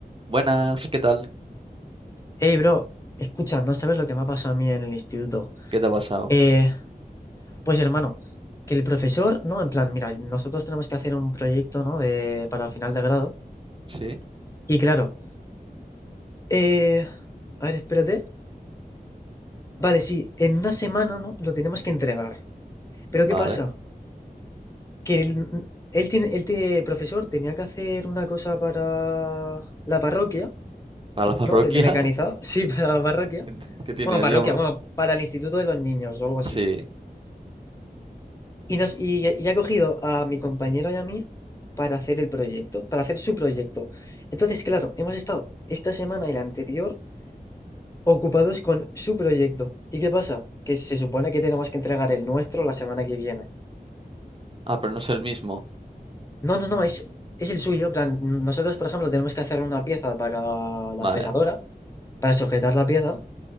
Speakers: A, on the right; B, on the left.
A: Buenas, ¿qué tal?
B: Hey, bro, escucha, no sabes lo que me ha pasado a mí en el instituto.
A: ¿Qué te ha pasado?
B: Eh, pues hermano, que el profesor, ¿no? En plan, mira, nosotros tenemos que hacer un proyecto, ¿no? De, para final de grado.
A: Sí,
B: Y claro, eh, a ver, espérate. Vale, sí, en una semana, ¿no? Lo tenemos que entregar. Pero
A: vale.
B: ¿qué pasa? Que él, él tiene, el te- profesor tenía que hacer una cosa para la parroquia,
A: ¿Para la parroquia?
B: ¿no? De, de mecanizado. Sí, <laughs> para la parroquia.
A: <laughs> ¿Qué tienes?
B: Bueno, parroquia,
A: Yo-
B: bueno, para el instituto de los niños o algo así.
A: Sí.
B: Y, nos, y, y ha cogido a mi compañero y a mí para hacer el proyecto, para hacer su proyecto. Entonces, claro, hemos estado esta semana y la anterior ocupados con su proyecto. ¿Y qué pasa? Que se supone que tenemos que entregar el nuestro la semana que viene.
A: Ah, pero no es el mismo.
B: No, no, no, es, es el suyo. en plan, nosotros, por ejemplo, tenemos que hacer una pieza para la
A: Vale.
B: fresadora, para sujetar la pieza.